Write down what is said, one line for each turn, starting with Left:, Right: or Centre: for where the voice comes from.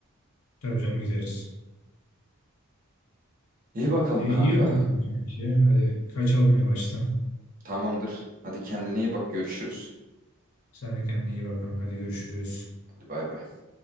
Left: Tabii canım gideriz.
Right: İyi bakalım
Left: E,
Right: kanka.
Left: iyi o zaman kanki. Hadi kaçalım yavaştan.
Right: Tamamdır. Hadi kendine iyi bak. Görüşürüz.
Left: Sen de kendine iyi bak kanka. Hadi görüşürüz.
Right: Hadi bay bay.